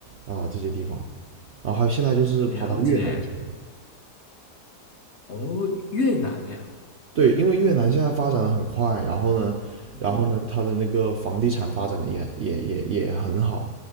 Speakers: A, on the right; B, on the left.
A: 啊、这些地方，然后还有现在就是跑到越南去了。
B: 了解。哦，越南呀，
A: 对，因为越南现在发展的很快，然后呢，
B: 嗯哼，
A: 然后呢，它的那个房地产发展的也也也也很好，